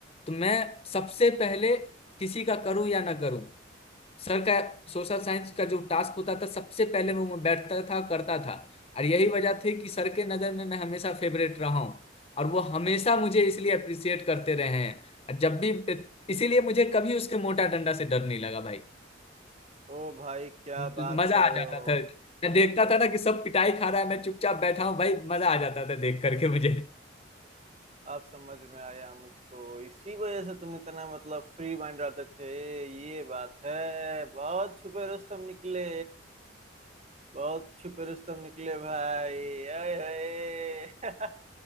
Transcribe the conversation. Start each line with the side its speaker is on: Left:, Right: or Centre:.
Left: तो मैं सबसे पहले किसी का करूँ या ना करूँ सर का सोशल साइंस का जो टास्क होता था सबसे पहले वो मैं बैठता था करता था और यही वजह थी कि सर के नज़र में मैं हमेशा फेवरेट रहा हूँ और वो हमेशा मुझे इसलिए अप्रिसिएट करते रहे हैं और जब भी इसीलिए मुझे कभी उसके मोटा डंडा से डर नहीं लगा भाई
Right: ओ भाई क्या
Left: म-
Right: बात
Left: मजा
Right: कर
Left: आ
Right: रहे
Left: जाता
Right: हो
Left: था मैं देखता था ना कि सब पिटाई खा रहा है मैं चुपचाप बैठा हूँ भाई मजा आ जाता था देख करके मुझे
Right: अब समझ में आया मुझको इसी वजह से तुम इतना मतलब फ्री माइंड रहते थे ये बात है बहुत छुपे रुस्तम निकले बहुत छुपे रुस्तम निकले भाई आए हाय।